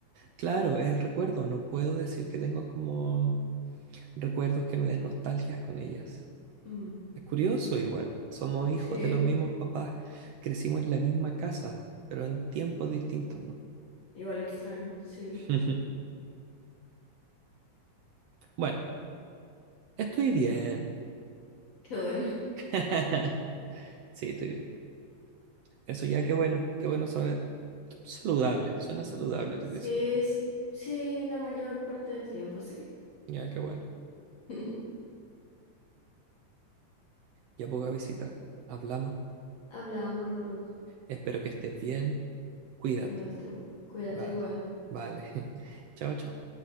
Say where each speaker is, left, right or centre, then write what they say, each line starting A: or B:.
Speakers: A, on the right; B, on the left.
A: Claro, es el recuerdo. No puedo decir que tengo como recuerdos que me den nostalgias con ellas.
B: Mm,
A: Es curioso igual, somos hijos
B: sí,
A: de los mismos papás, crecimos en la misma casa, pero en tiempos distintos, ¿no?
B: igual extraño, sí,
A: <laughs> Bueno, estoy bien.
B: <laughs> qué bueno.
A: <laughs> Sí, estoy bien. Eso ya, qué bueno, qué bueno saber. Saludable, suena saludable tu
B: Sí,
A: crecimiento.
B: s- sí, la mayor parte del tiempo sí.
A: Ya, qué bueno.
B: <laughs>
A: Ya poca visita. Hablamos.
B: Hablábamos, Rorro,
A: Espero que estés bien. Cuídate.
B: igual tú. Cuídate
A: Vale,
B: igual.
A: vale. <laughs> Chao, chao.